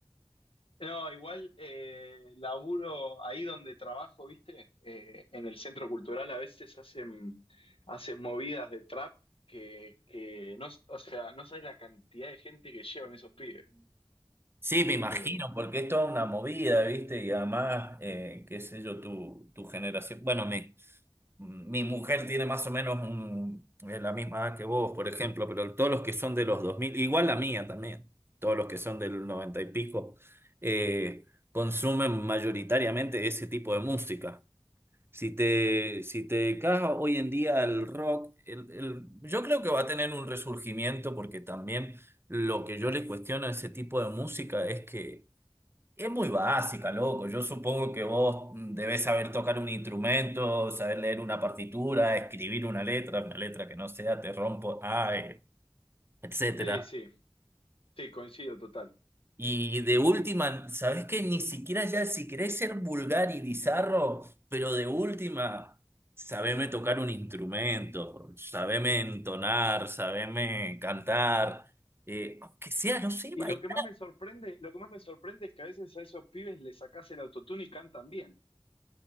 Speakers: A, on the left; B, on the right.
A: No, igual eh, laburo ahí donde trabajo, ¿viste? Eh, en el centro cultural a veces hacen, hacen movidas de trap que, que no, o sea, no sabes la cantidad de gente que llevan esos pibes.
B: Sí, me imagino,
A: Eh,
B: porque es toda una movida, ¿viste? Y además, eh, qué sé yo, tu, tu generación. Bueno, mi, mi mujer tiene más o menos un- eh, la misma edad que vos, por ejemplo, pero todos los que son de los 2000, igual la mía también, todos los que son del 90 y pico, eh, consumen mayoritariamente ese tipo de música. Si te, si te dedicas hoy en día el rock, el- el- yo creo que va a tener un resurgimiento porque también lo que yo le cuestiono a ese tipo de música es que es muy básica, loco. Yo supongo que vos mm, debés saber tocar un instrumento, saber leer una partitura, escribir una letra, una letra que no sea te rompo, ay, etcétera.
A: sí, sí, sí, coincido total.
B: Y de última, ¿sabés qué? Ni siquiera ya, si querés ser vulgar y bizarro, pero de última, sabeme tocar un instrumento, sabeme entonar, sabeme cantar, eh, aunque sea, no sé,
A: Y
B: bailar.
A: lo que más me sorprende, lo que más me sorprende es que a veces a esos pibes les sacás el autotune y cantan bien.